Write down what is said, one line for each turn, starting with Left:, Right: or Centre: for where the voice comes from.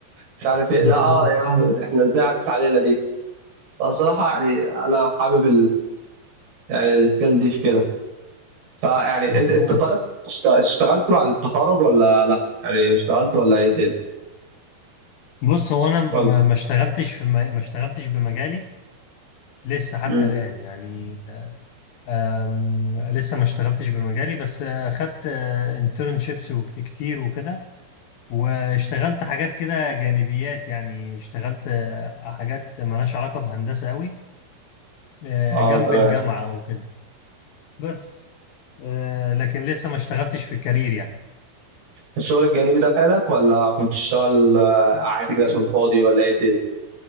Right: مش عارف ايه
Left: مظبوط
Right: لا اه يا لهوي، احنا ازاي عدت علينا دي فالصراحة يعني أنا حابب يعني السكيل دي في كده فيعني
Left: مظبوط
Right: انت انت طيب اشت- اشتغلت بعد التخرج ولا لا يعني اشتغلت ولا ايه الدنيا
Left: بص هو أنا ما
Right: ولا
Left: ما اشتغلتش في ما ما اشتغلتش بمجالي لسه حتى
Right: مم.
Left: الآن يعني آم، لسه ما اشتغلتش بمجالي بس آه، خدت انترنشيبس كتير وكده واشتغلت حاجات كده جانبيات يعني اشتغلت آه، حاجات مالهاش علاقة بهندسة قوي آه،
Right: اه
Left: جنب
Right: تمام
Left: الجامعة وكده بس آه، لكن لسه ما اشتغلتش في الكارير يعني
Right: فالشغل الجانبي ده فادك ولا كنت تشتغل آه، عادي كده عشان فاضي ولا ايه الدنيا